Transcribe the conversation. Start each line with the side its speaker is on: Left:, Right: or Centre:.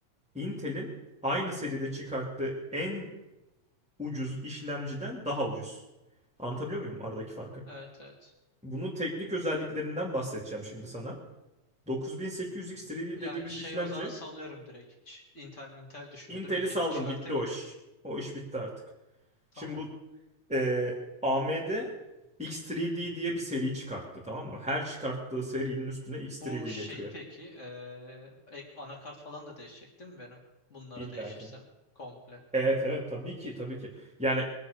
Centre: Intel'in aynı seride çıkarttığı en ucuz işlemciden daha ucuz. Anlatabiliyor muyum aradaki farkı?
Left: Evet evet.
Centre: Bunun teknik özelliklerinden bahsedeceğim şimdi sana. 9800X 3D
Left: Yani
Centre: dediğimiz
Left: şey
Centre: işlemci
Left: o zaman salıyorum direkt hiç. Intel mi Intel düşünüyordum.
Centre: Intel'i
Left: Intel'i
Centre: saldım
Left: çıkartayım
Centre: bitti o
Left: mı
Centre: iş.
Left: direkt?
Centre: O iş bitti artık.
Left: Tamam.
Centre: Şimdi bu e, AMD X3D diye bir seri çıkarttı tamam mı? Her çıkarttığı serinin üstüne X3D
Left: Bu şey
Centre: getiriyor.
Left: peki eee, ek, anakart falan da değişecek değil mi benim? Bunlara
Centre: İlla
Left: değişirsem
Centre: ki.
Left: komple.
Centre: Evet evet tabii ki tabii ki. Yani